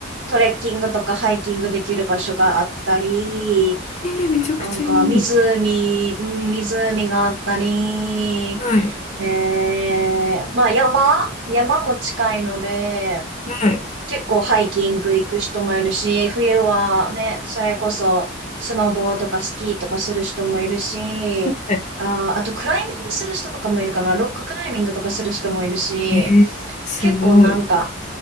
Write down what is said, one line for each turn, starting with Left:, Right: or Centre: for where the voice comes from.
Right: トレッキングとかハイキングできる場所があったり、
Left: えー、めちゃくちゃいい。
Right: なんか、湖、うん、湖があったり、
Left: はい。
Right: えー、まあ、山、山も近いので、
Left: はい。
Right: 結構ハイキング行く人もいるし、冬はね、それこそスノボーとかスキーとかする人もいるし、
Left: はい
Right: あー、あとクライミングする人とかもいるかな、ロッククライミングとかする人もいるし、
Left: えー、すごい。
Right: 結構なんか